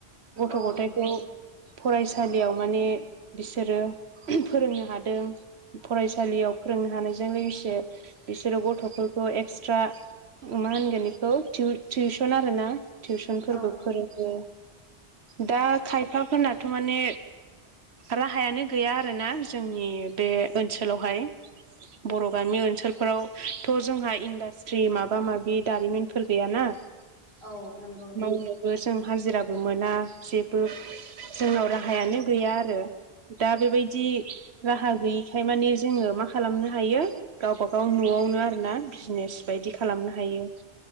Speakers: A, on the right; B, on the left.
A: गथ'
B: औ
A: गथायखौ
B: नंगौ
A: फरायसालियाव माने बिसोरो फोरोंनो हादों फरायसालियाव फोरोंनो हानायजों लोगोसे बिसोरो गथ'फोरखौ एक्सट्रा मा होनगोन बेखौ टिउसन आरो ना टिउसनफोरबो
B: औ
A: फोरोङो दा खायफाफोरनाथ' माने राहायानो गैया आरोना जोंनि बे ओनसोलावहाय बर' गामि ओनसोलफोरावथ' जोंहा इन्डास्ट्रि माबा माबि दारिमिनफोर गैयाना मावनोबो
B: औ नंगौ
A: जों हाजिराबो मोना जेबो जोंनाव राहायानो गैया आरो दा बेबायदि राहा गैयि खाय माने जोङो मा खालामनो हायो गावबागाव न'आवनो आरोना बिजनेस बायदि खालामनो हायो।